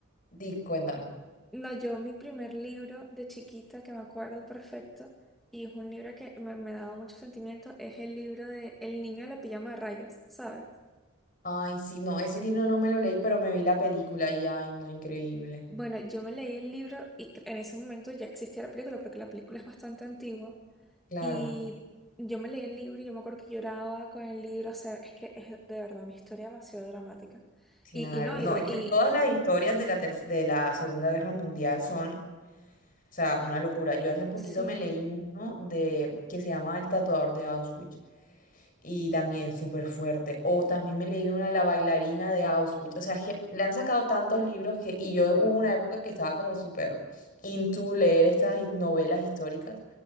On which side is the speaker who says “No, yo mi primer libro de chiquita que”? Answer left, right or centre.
Centre